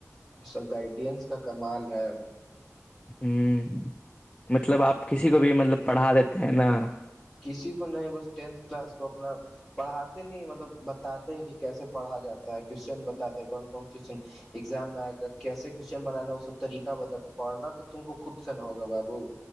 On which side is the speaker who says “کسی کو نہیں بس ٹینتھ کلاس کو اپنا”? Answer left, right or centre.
Centre